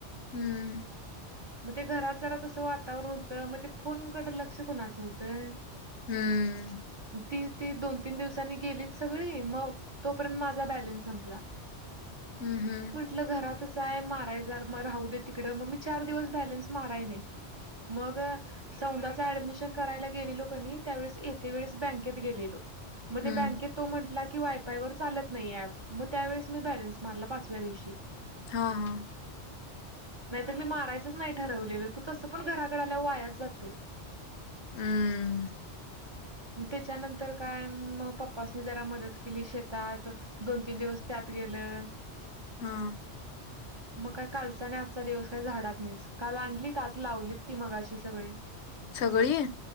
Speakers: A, on the left (about 75°); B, on the right (about 30°).
A: हुं.
B: मग ते घरात जरा तसं वातावरण होतं मग ते फोनकड लक्ष कोणाचं होतं?
A: हुं..
B: ती ती दोन तीन दिवसांनी गेलीत सगळी मग तोपर्यंत माझा बॅलन्स संपला
A: हुं.. हुं
B: आपलं घरातच हाय मारायच मग राहू दे तिकड मग मी चार दिवस बॅलन्स माराय नाही मग सौंदाचे ऍडमिशन करायला गेलेलो कनाही त्यावेळेस येते वेळेस बँकेत गेलेलो मग ते
A: हम्म
B: बँकेत तो म्हटला की वायफाय वर चालत नाही ऍप मग त्यावेळेस मी बॅलन्स मारला पाचव्या दिवशी
A: हा हा
B: नाहीत मी मारायचंच नाही ठरवलेलं त तसं पण घराकड आल्यावर वायाच जातोय
A: हुं
B: त्याच्यानंतर काय मग पप्पाासनी जरा मदत केली शेतात दोन तीन दिवस त्यात गेल लं
A: हा
B: मग काय कालचा नी आजचा दिवस काय झाडातनीच काल आणलीत, आज लावलीत ती मगाशी सगळी
A: सगळी